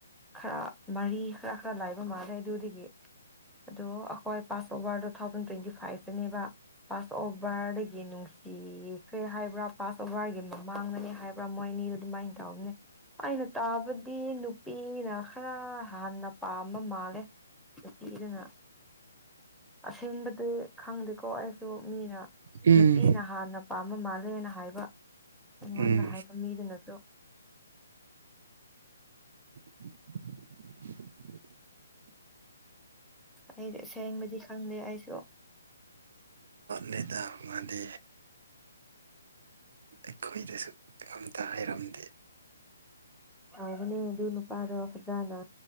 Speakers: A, in the centre; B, on the right.
A: ꯈꯔ ꯃꯔꯤ ꯈꯔ ꯈꯔ ꯂꯥꯏꯕ ꯃꯥꯜꯂꯦ ꯑꯗꯨꯗꯒꯤ ꯑꯗꯣ ꯑꯩꯈꯣꯏ pass over two thousand twenty ꯐꯥꯏꯚꯇꯅꯦꯕ ꯄꯥꯁ ꯑꯣꯕꯔꯦꯒꯅꯨ ꯁꯤꯈ꯭ꯔꯦ ꯍꯥꯏꯕ꯭ꯔꯥ ꯄꯥꯁ ꯑꯣꯚꯔꯒꯤ ꯃꯃꯥꯡꯗꯅꯦ ꯍꯥꯏꯕ꯭ꯔꯥ ꯃꯣꯏ ꯑꯅꯤ ꯑꯗꯨꯃꯥꯏꯅ ꯇꯧꯕꯅꯦ ꯑꯩꯅ ꯇꯥꯕꯗꯤ ꯅꯨꯄꯤꯅ ꯈꯔ ꯍꯥꯟꯟꯅ ꯄꯥꯝꯕ ꯃꯥꯜꯂꯦ ꯤ ꯏꯉ ꯑꯁꯦꯡꯕꯗꯤ ꯈꯪꯗ ꯀꯣ ꯑꯩꯁꯨ ꯃꯤꯅ
B: ꯎꯝ
A: ꯅꯨꯄꯤꯅ ꯍꯥꯟꯅ ꯄꯥꯝꯕ ꯃꯥꯜꯂꯦꯅ ꯍꯥꯏꯕ ꯑꯩꯉꯣꯟꯗ
B: ꯎꯝ
A: ꯍꯥꯏꯕ ꯃꯤꯗꯨꯅꯁꯨ
B: <inaudible>
A: ꯑꯩꯗꯤ ꯁꯦꯡꯕꯗꯤ ꯈꯪꯗꯦ ꯑꯩꯁꯨ
B: ꯅꯦꯇꯥ ꯉꯥꯟꯗꯤ ꯑꯩꯈꯣꯏꯗꯁꯨ ꯑꯝꯇ ꯍꯥꯏꯔꯝꯗꯦ
A: ꯍꯧꯒꯅꯦ ꯑꯗꯨ ꯅꯨꯄꯥꯗꯣ ꯐꯖꯥꯅ